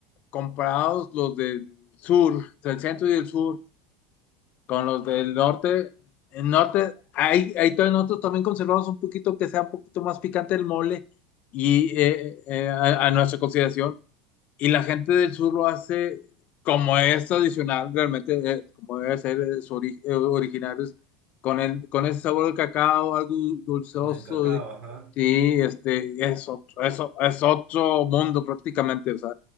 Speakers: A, on the left (about 50°); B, on the right (about 50°).
A: comparados los del sur, del centro y del sur, con los del norte, el norte, hay, hay todavía nosotros también conservamos un poquito que sea un poquito más picante el mole y eh, eh, a, a nuestra consideración, y la gente del sur lo hace como es tradicional, realmente, eh, como debe ser eh, su ori- eh, originarios, con, el, con ese sabor de cacao, algo dul- dulceoso,
B: Con el cacao,
A: y,
B: ajá.
A: y, este, es otro, eso es otro mundo prácticamente, o sea,